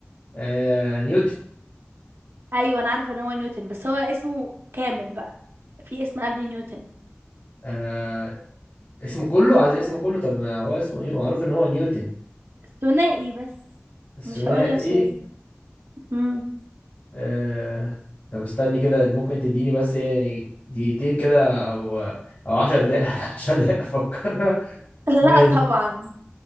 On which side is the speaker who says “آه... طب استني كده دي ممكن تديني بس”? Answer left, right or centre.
Left